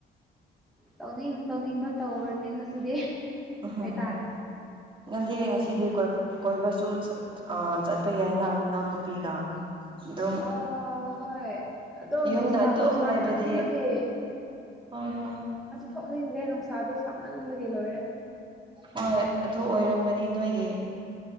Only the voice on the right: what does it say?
ꯎꯝ
ꯅꯪꯗꯤ ꯉꯁꯤꯗꯤ ꯀꯣꯏꯕꯁꯨ ꯆꯠ ꯑꯥ ꯆꯠꯄ ꯌꯥꯏꯅ ꯅꯅꯥꯎ ꯅꯨꯄꯤꯒ ꯗꯨꯝ
ꯌꯨꯝꯗ ꯑꯗꯨꯝ
ꯂꯩꯕꯗꯤ ꯍꯣꯏ ꯍꯣꯏ
ꯍꯣꯏ ꯑꯗꯨ ꯑꯣꯏꯔꯝꯒꯅꯤ ꯅꯣꯏꯒꯤ